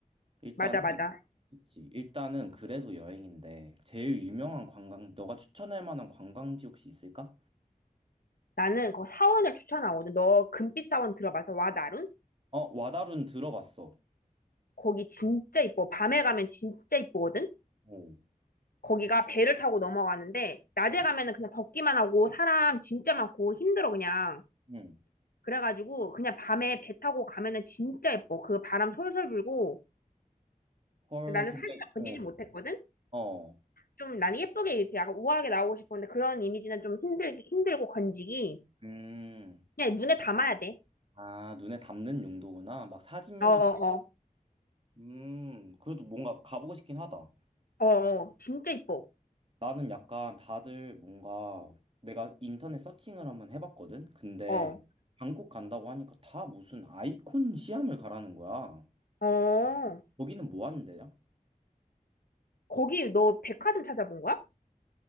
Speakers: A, on the right (about 40°); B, on the left (about 90°).
A: 일단은
B: 맞아, 맞아.
A: 그치. 일단은 그래도 여행인데 제일 유명한 관광 너가 추천할 만한 관광지 혹시 있을까?
B: 나는 그 사원을 추천하거든. 너 금빛 사원 들어봐서 와, 나룬?
A: 어, 와다룬 들어봤어.
B: 거기 진짜 이뻐. 밤에 가면 진짜 이쁘거든?
A: 오.
B: 거기가 배를 타고 넘어가는데, 낮에
A: 어.
B: 가면은 그냥 덥기만 하고, 사람 진짜 많고, 힘들어, 그냥.
A: 응.
B: 그래가지고, 그냥 밤에 배 타고 가면은 진짜 예뻐. 그 바람 솔솔 불고,
A: 헐,
B: 나는
A: 근데
B: 사진을 건지지
A: 어.
B: 못했거든?
A: 어.
B: 좀 나는 예쁘게 이렇게 약간 우아하게 나오고 싶었는데, 그런 이미지는 좀 힘들, 힘들고 건지기.
A: 음.
B: 그냥 눈에 담아야 돼.
A: 아, 눈에 담는 용도구나. 막 사진용은
B: 어어어.
A: 음, 그래도 뭔가 가보고 싶긴 하다.
B: 어, 어, 진짜 이뻐.
A: 나는 약간 다들 뭔가 내가 인터넷 서칭을 한번 해봤거든? 근데
B: 어,
A: 방콕 간다고 하니까 다 무슨 아이콘 시암을 가라는 거야.
B: 어.
A: 거기는 뭐 하는 데야?
B: 거기 너 백화점 찾아본 거야?